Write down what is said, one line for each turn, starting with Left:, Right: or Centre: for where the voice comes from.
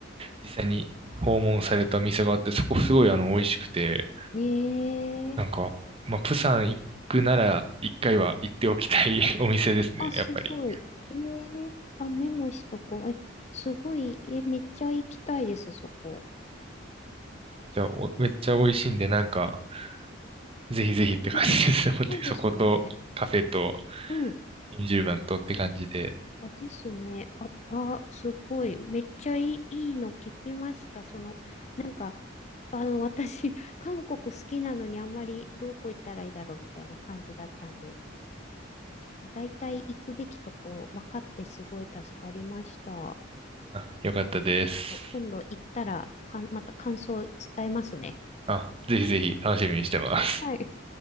Right: 実際に訪問された店があって、そこすごいあの、美味しくて、
Left: ねえ
Right: なんか、まあ、プサン行くなら、一回は行っておきたい <laughs> お店ですね、
Left: あ、すごい。
Right: やっぱり。
Left: えー、あ、メモしとこう。え、すごい。え、めっちゃ行きたいです、そこ。
Right: じゃあ、おめっちゃ美味しいんで、なんか、ぜひぜひって感じですね。
Left: うん。
Right: <laughs> 本当にそこと、
Left: そうですね。
Right: カフェと、
Left: うん。
Right: 金十番とって感じで、
Left: あ、ですね。あ、あ、すごい。めっちゃいい、いいの聞きました。その、なんか、あの、私、<laughs> 韓国好きなのにあんまりどこ行ったらいいだろうみたいな感じだったんで、まあ大体行くべきとこ分かってすごい助かりました。
Right: あ、よかったです。
Left: 今度行ったらかん、また感想伝えますね。
Right: あ、ぜひぜひ楽しみにしてます。
Left: はい。